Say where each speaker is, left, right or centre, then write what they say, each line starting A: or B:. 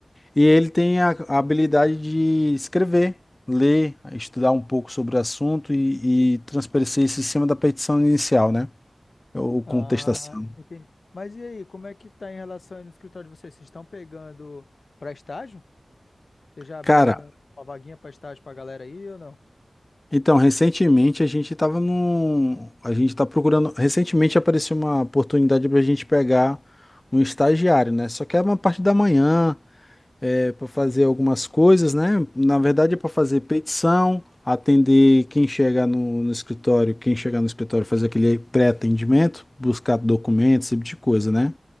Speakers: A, on the left (about 25°); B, on the left (about 70°).
A: E ele tem a, a habilidade de escrever, ler, estudar um pouco sobre o assunto e, e transparecer isso em cima da petição inicial, né? Ou
B: Ah,
A: contestação.
B: entendi. Mas e aí, como é que tá em relação aí no escritório de vocês? Vocês estão pegando para estágio? Você já abriu
A: Cara,
B: alguma vaguinha para estágio para galera aí ou não?
A: então, recentemente a gente estava num. A gente está procurando. Recentemente apareceu uma oportunidade para a gente pegar um estagiário, né? Só que é uma parte da manhã. é, para fazer algumas coisas, né? Na verdade, é para fazer petição, atender quem chegar no, no escritório, quem chegar no escritório fazer aquele pré-atendimento, buscar documentos, esse tipo de coisa, né?